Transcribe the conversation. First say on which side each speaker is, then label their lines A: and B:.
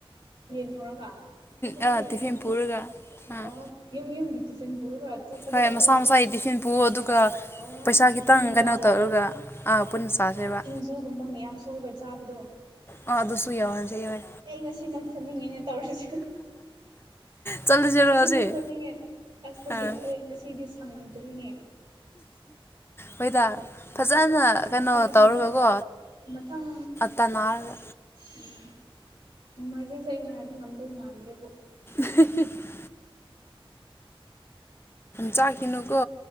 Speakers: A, on the right; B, on the left.
A: ꯌꯦꯟꯊꯣꯔꯒ ꯑꯗꯨꯁꯨ
B: ꯑꯥ
A: ꯌꯥꯏꯅꯦ
B: ꯇꯤꯐꯤꯟ ꯄꯨꯔꯒ ꯑꯥ
A: ꯑꯣ ꯌꯨꯝ ꯌꯨꯝꯒꯤ ꯇꯤꯐꯤꯟ ꯄꯨꯔꯒ ꯆꯠꯄꯗꯣ
B: ꯍꯣꯏ
A: ꯑꯗꯨꯔꯥ
B: ꯃꯁꯥ ꯃꯁꯥꯒꯤ ꯇꯤꯐꯤꯟ ꯄꯨ ꯑꯗꯨꯒ
A: ꯑꯣ
B: ꯄꯩꯁꯥ ꯈꯤꯇꯪ
A: ꯄꯨꯟꯅ
B: ꯀꯩꯅꯣ
A: ꯆꯥꯕ
B: ꯇꯧꯔꯒ ꯄꯨꯟꯅ ꯆꯥꯁꯦꯕ
A: ꯖꯨꯒꯨꯝꯕ ꯃꯌꯥꯝ ꯁꯨꯔꯒ ꯆꯥꯕꯗꯣ ꯑꯁ
B: ꯑꯥ ꯑꯗꯨꯁꯨ ꯌꯥꯎꯍꯟꯁꯦ ꯌꯥꯏ
A: ꯑꯩ ꯉꯁꯤꯃꯛ ꯆꯠꯅꯤꯡꯉꯤꯅꯦ ꯇꯧꯔꯤꯁꯤꯦ
B: ꯆꯠꯂꯨꯁꯤꯔꯣ
A: ꯉꯁꯤꯃꯨꯛ
B: ꯍꯧꯖꯤꯛ
A: ꯆꯠꯅꯤꯡꯉꯦ ꯑꯁꯄꯖꯤꯛ
B: ꯑꯥ
A: ꯑꯩ ꯉꯁꯤꯗꯤ ꯁꯪꯗ꯭ꯔꯤꯅꯦ
B: ꯍꯣꯏꯗ ꯐꯖꯅ
A: ꯃꯊꯪ
B: ꯀꯩꯅꯣ
A: ꯁꯟ
B: ꯇꯧꯔꯒꯀꯣ
A: ꯃꯊꯪ
B: ꯇꯅꯔꯒ
A: ꯎꯝ ꯅꯣꯡꯃꯥꯏꯖꯤꯡꯁꯦ ꯑꯩ ꯉꯥꯏꯕ ꯉꯝꯗꯧ ꯃꯥꯟꯗ꯭ꯔꯕꯣ
B: <unintelligible> ꯆꯥꯈꯤꯅꯨꯀꯣ